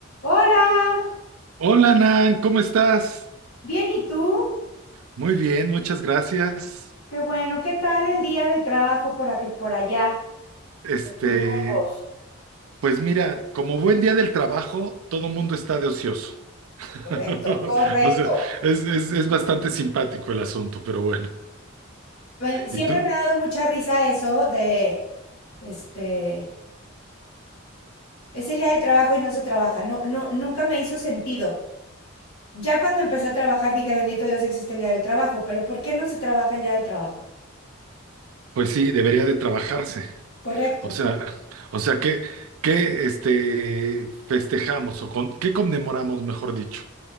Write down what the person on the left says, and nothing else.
Hola.
Bien, ¿y tú?
Qué bueno, ¿qué tal el día del trabajo por aquí, por allá,
en tus rumbos?
Correcto, correcto.
Me- Siempre
me ha dado mucha risa eso de, este, es el día del trabajo y no se trabaja. No, no, nunca me hizo sentido. Ya cuando empecé a trabajar dije, bendito Dios, existe el día del trabajo, pero ¿por qué no se trabaja el día del trabajo?
Correcto.